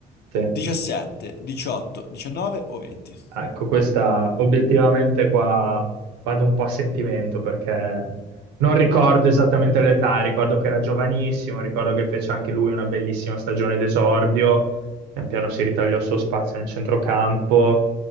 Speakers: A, on the right; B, on the left.
A: sì.
B: 17, 18, 19 o 20?
A: Ah, Ecco, questa obiettivamente qua vado un po' a sentimento perché non ricordo esattamente l'età, ricordo che era giovanissimo, ricordo che fece anche lui una bellissima stagione d'esordio, pian piano si ritagliò il suo spazio nel centrocampo.